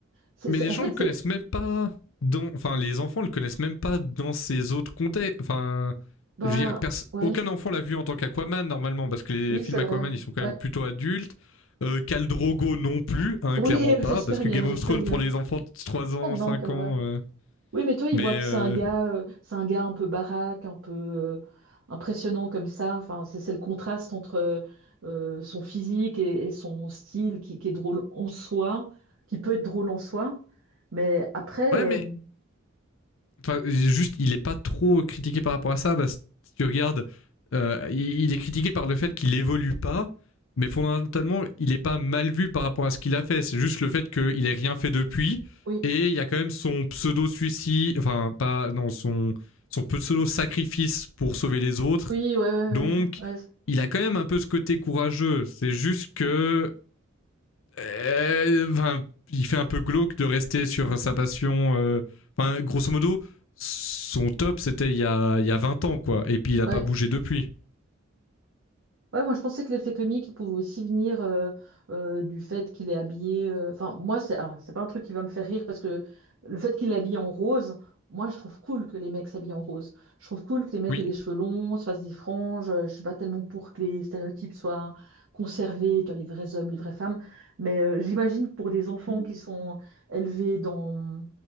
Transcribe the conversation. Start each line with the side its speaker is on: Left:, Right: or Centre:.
Right: c'est,
Left: Mais
Right: c'est-
Left: les
Right: en
Left: gens
Right: fait,
Left: le connaissent
Right: c'est
Left: même pas dans. Enfin, les enfants le connaissent même pas dans ces autres contextes. Enfin,
Right: bah
Left: je veux dire, pers-
Right: ouais,
Left: aucun enfant l'a vu en tant qu'Aquaman normalement, parce que les
Right: oui,
Left: films
Right: c'est vrai.
Left: Aquaman ils sont quand
Right: Ouais.
Left: même plutôt adultes. Euh, Khal Drogo non plus, hein,
Right: Oui,
Left: clairement
Right: <laughs>
Left: pas,
Right: euh, j'espère
Left: parce que
Right: bien,
Left: Game
Right: j'espère
Left: of Thrones
Right: bien.
Left: pour les enfants de 3 ans,
Right: Oh non,
Left: 5
Right: quelle
Left: ans.
Right: horreur.
Left: euh.
Right: Oui, mais toi, il
Left: Mais.
Right: voit que c'est
Left: euh,
Right: un gars, euh, c'est un gars un peu baraque, un peu euh, impressionnant comme ça. Enfin, c'est c'est le contraste entre euh, euh, son physique et, et son style qui, qui est drôle en soi, qui peut être drôle en soi. Mais après,
Left: Ouais,
Right: euh,
Left: mais Enfin, juste, il est pas trop critiqué par rapport à ça. bah si tu regardes, euh, il est critiqué par le fait qu'il évolue pas, mais fondamentalement, il est pas mal vu par rapport à ce qu'il a fait. C'est juste le fait qu'il ait rien fait depuis.
Right: oui,
Left: Et il y a quand même son pseudo suicide, enfin pas non son son pseudo sacrifice pour sauver les autres.
Right: oui, ouais, ouais,
Left: Donc,
Right: ouais, ouais,
Left: il a quand même un peu ce côté courageux. C'est juste que euh, enfin, il fait un peu glauque de rester sur sa passion. euh, Enfin, grosso modo, son top, c'était il y a, il y a 20 ans, quoi. Et puis, il a
Right: ouais.
Left: pas bougé depuis.
Right: Ouais, moi je pensais que l'effet comique il pouvait aussi venir euh, euh, du fait qu'il est habillé. euh, Enfin, moi c'est alors, c'est pas un truc qui va me faire rire parce que le fait qu'il est habillé en rose, moi je trouve cool que les mecs s'habillent en rose. Je trouve cool que les mecs
Left: Oui.
Right: aient des cheveux longs, se fassent des franges. euh, Je suis pas tellement pour que les stéréotypes soient conservés, tu vois, les vrais hommes, les vraies femmes. Mais euh, j'imagine que pour des enfants qui sont élevés dans